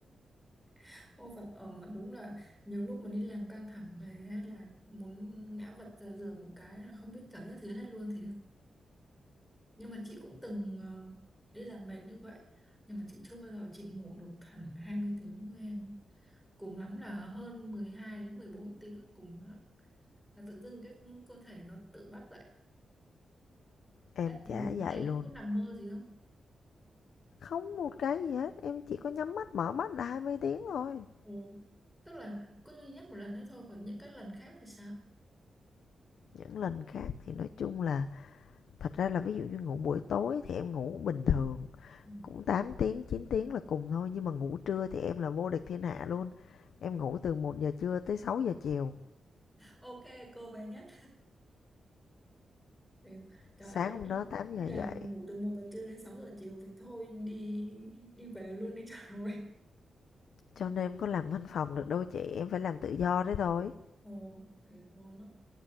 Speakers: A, in the centre; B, on the left.
A: <laughs> cô vật ở <laughs> mà đúng là nhiều lúc mà đi làm căng thẳng về á, là muốn ngã vật ra giường một cái là không biết trời đất gì hết luôn thì nhưng mà chị cũng từng ờ, đi làm mệt như vậy nhưng mà chị chưa bao giờ chị ngủ được hẳn 20 tiếng như em cùng lắm là hơn 12 đến 14 tiếng là cùng đó là tự dưng cái cơ thể nó tự bắt dậy
B: Em
A: Ê, ngủ
B: chả dậy
A: như thế em
B: luôn.
A: có nằm mơ gì không
B: Không một cái gì hết, em chỉ có nhắm mắt mở mắt là 20 tiếng thôi.
A: Ừ. tức là có duy nhất một lần đấy thôi còn những các lần khác thì sao
B: những lần khác thì nói chung là thật ra là ví dụ như ngủ buổi tối thì em ngủ bình thường
A: Ừ.
B: cũng 8 tiếng 9 tiếng là cùng thôi nhưng mà ngủ trưa thì em là vô địch thiên hạ luôn em ngủ từ một giờ trưa tới sáu giờ chiều
A: Ok cô bé nhất Thì, trời
B: sáng
A: ơi
B: hôm
A: đi,
B: đó 8
A: đi
B: giờ
A: làm
B: dậy
A: mà ngủ từ một giờ trưa đến 6 giờ chiều thì thôi đi đi về luôn đi cho rồi
B: cho nên em có làm văn phòng được đâu chị em phải làm tự do đấy thôi
A: Ồ, thế vốn đó.